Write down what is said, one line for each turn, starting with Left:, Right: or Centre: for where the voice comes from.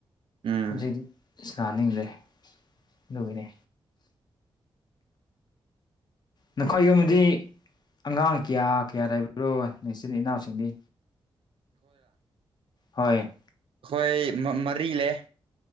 Right: ꯎꯝ
Left: ꯍꯧꯖꯤꯛꯇꯤ ꯏꯁꯥꯅꯤꯡꯗꯔꯦ ꯑꯗꯨꯒꯤꯅꯦ ꯅꯈꯣꯏ ꯌꯨꯝꯕꯗꯤ ꯑꯉꯥꯡ ꯀꯌꯥ ꯀꯌꯥ ꯂꯩꯥꯏꯕꯤꯔꯣ ꯅꯤꯆꯤꯟ ꯏꯅꯥꯎꯁꯤꯡꯗꯤ ꯍꯣꯏ
Right: ꯑꯈꯣꯏ ꯃ ꯃꯔꯤ ꯂꯦ